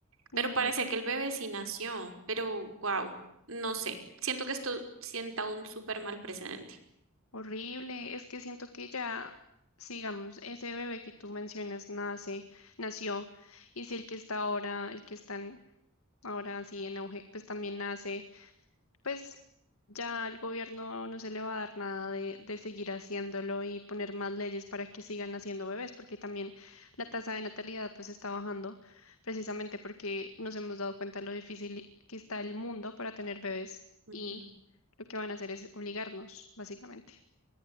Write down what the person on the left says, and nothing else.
imagínate.
Horrible, es que siento que ya, sigamos, ese bebé que tú mencionas nace, nació, y si el que está ahora, el que están ahora así en auge, pues también nace. pues ya al gobierno no se le va a dar nada de, de seguir haciéndolo y poner más leyes para que sigan haciendo bebés, porque también la tasa de natalidad pues está bajando, precisamente porque nos hemos dado cuenta lo difícil que está el mundo para tener bebés
y lo que van a hacer es obligarnos, básicamente.